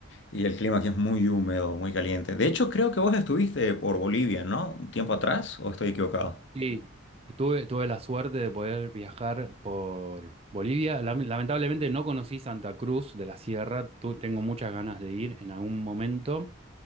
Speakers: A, on the left; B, on the right.
A: y el clima aquí es muy húmedo, muy caliente. De hecho, creo que vos estuviste por Bolivia, ¿no? Un tiempo atrás, ¿o estoy equivocado?
B: Sí, tuve, tuve la suerte de poder viajar por Bolivia. Lam- Lamentablemente no conocí Santa Cruz de la Sierra, tu- tengo muchas ganas de ir en algún momento.